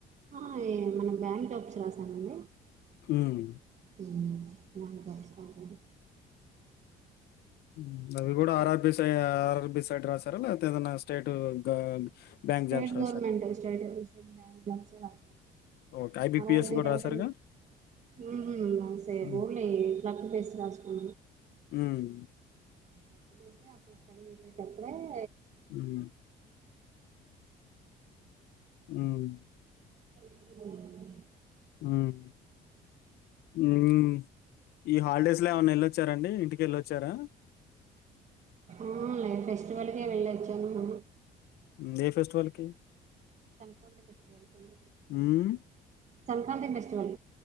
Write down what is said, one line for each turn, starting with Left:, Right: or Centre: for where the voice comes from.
Right: ఆ ఏ మన బ్యాంక్ జాబ్స్ రాసానండి
Left: హ్మ్.
Right: ఉమ్ బ్యాంకు జాబ్స్ రాశాను
Left: ఉమ్ అవి కూడా R R
Right: degree
Left: B side ఆ ఆర్ఆర్బి సైడ్ రాసారా లేక్పో ఏదైనా స్టేటు గ బ్యాంక్
Right: స్టేట్
Left: జాబ్స్ రాసారా?
Right: గవర్నమెంట్ నుంచి స్టేట్ స్టేట్ బ్యాంక్ జాబ్ సే రాశా
Left: okay. IBPS
Right: R R B
Left: కూడా
Right: రాయటం
Left: రాసారుగా?
Right: ఉమ్ రాస
Left: హ్మ్.
Right: పోన్లే ఇట్ల <unintelligible> రాసుకో
Left: హ్మ్.
Right: అప్పుడు స్టడీ చేసేటప్పుడే <inaudible>
Left: హ్మ్. ఉమ్
Right: <inaudible>
Left: ఉమ్ ఉమ్ ఈ హాలిడేస్ లో ఏమన్నా వెళ్ళొచ్చారండి ఇంటికి వెళ్ళొచ్చారా
Right: ఆ లే ఫెస్టివల్కే వెళ్లొచ్చాము మేము
Left: ఉమ్ ఏ ఫెస్టివల్ కి
Right: కనుక్కోండి ఫెస్టివల్ కి
Left: హ్మ్.
Right: సంక్రాంతి ఫెస్టివల్